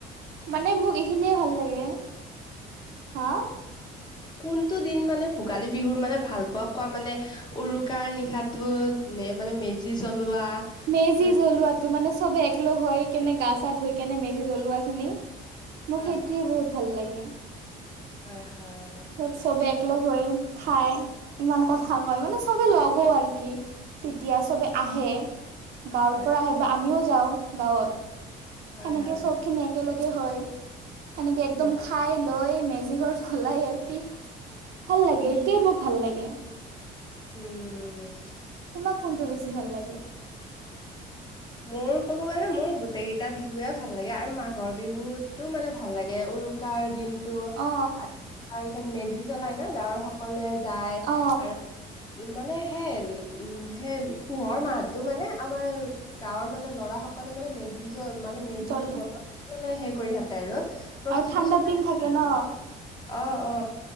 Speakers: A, on the right; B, on the left.
A: মানে মোক এইখিনিয়ে ভাল লাগে, হা
B: কোনটো দিন মানে ভোগালী বিহুৰ মানে ভাল পোৱা কোৱা মানে? উৰুকাৰ নিশাটো নে মানে মেজি জ্বলোৱা?
A: মেজি
B: তাৰ-
A: জ্বলোৱাতটো মানে চবে একলগ হয় কেনে গা চা ধুই কেনে মেজি জ্বলোৱা খিনি। মোক
B: হয়
A: সেইটোয়ে
B: হয়
A: বহুত ভাল লাগে
B: হয় হয়।
A: ত চবে এককলগ হৈ খায়, ইমান কথা কয় মানে চবে লগ হওঁ আৰু কি? তেতিয়া চবে আহে, গাঁৱৰ
B: হয়
A: পৰা আহে বা আমিও যাওঁ গাঁৱত।
B: হয়
A: সেনেকে
B: হয়
A: চব খিনি একেলগে হয়, সেনেকে একদম
B: উম
A: খাই লৈ মেজি ঘৰ সলাই আৰু কি ভাল লাগে এতিয়া মোক ভাল লাগে।
B: উম।
A: তোমাক কোনটো বেছি ভাল লাগে?
B: মোৰ ক'ব গ'লে মোৰ গোটেই কেইটা বিহুৱে ভাল লাগে, আৰু মাঘৰ বিহুতো মানে ভাল লাগে উৰু কাৰ দিন টো
A: অ
B: আৰু তাৰপিছত মেজি জ্বলাই ন গাঁৱৰ সকলে যায়,
A: অ
B: আৰু মানে সেই উম সেই পোহৰ মাহটো মানে আমাৰ গাঁৱৰ মানে ল'ৰা সকলে মানে মেজি জ মানে মেজিটো
A: জল
B: বনোৱা মানে সেই কৰি থাকে আৰু। প্ৰস্তুতি
A: আৰু ঠাণ্ডাৰ
B: চলাই
A: দিন
B: আছে
A: থাকে
B: আৰু।
A: ন
B: অ অ।